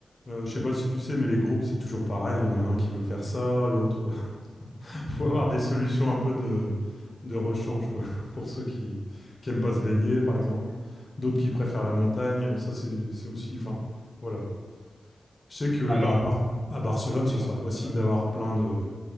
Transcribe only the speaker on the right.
Alors,
dis-moi.
Ouais.